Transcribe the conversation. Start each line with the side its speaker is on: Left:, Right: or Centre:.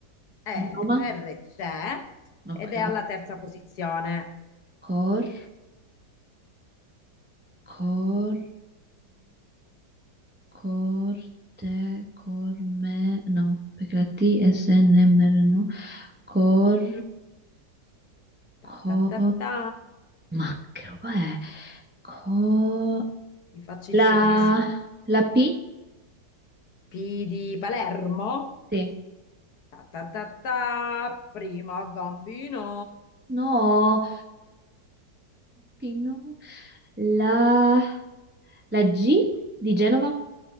Left: Eh,
Right: di Roma?
Left: la R c'è
Right: Ok.
Left: ed è alla terza posizione.
Right: Cor, corte, corte, corme, no, perché la T è SNMR, no? Cor, cor,
Left: Ta ta ta ta.
Right: ma che roba è? Co-
Left: Ti faccio il
Right: la,
Left: sorrisino.
Right: la P?
Left: P di Palermo.
Right: Sì.
Left: Ta ta ta ta. Prima gambino.
Right: No, P no. La, la G di Genova?